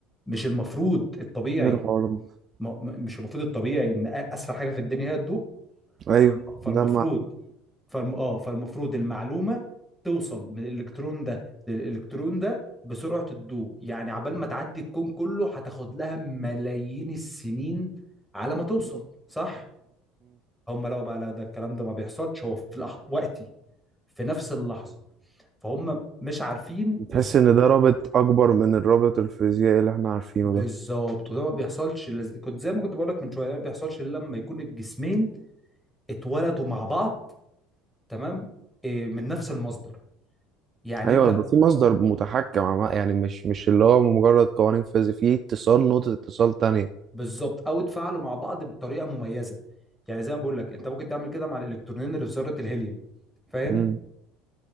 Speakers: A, in the centre; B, on the right.
A: مش المفروض الطبيعي
B: ايه الحوار ده؟
A: ما- ما- مش المفروض الطبيعي ان أ- اسرع حاجة في الدنيا هي الضوء
B: أيوه
A: فالم- فالمفروض
B: ده
A: فالم... اه فالمفروض المعلومة توصل من الالكترون ده للالكترون ده بسرعة الضوء يعني عبال ما تعدي الكون كله هتاخد لها ملايين السنين على ما توصل
B: معديه
A: صح هم لقوا بقى لا ده الكلام ده ما بيحصلش هو في لحظة وقتي في نفس اللحظة فهم مش عارفين
B: تحس
A: إز...
B: ان ده رابط اكبر من الرابط الفيزيائي اللي احنا عارفينه
A: بالظبط
B: ده
A: وده ما بيحصلش لز... كنت زي ما كنت بقول لك من شوية ده ما بيحصلش إلا لما يكون الجسمين اتولدوا مع بعض تمام إيه من نفس المصدر يعني
B: ايوه
A: أنت
B: يبقى في مصدر متحكم عم- يعني مش مش اللي هو مجرد قوانين فيزياء في اتصال نقطة اتصال تانية
A: بالظبط أو اتفاعلوا مع بعض بطريقة مميزة يعني زي ما بقول لك انت ممكن تعمل كده مع الالكترونين اللي في ذره الهيليوم فاهم
B: امم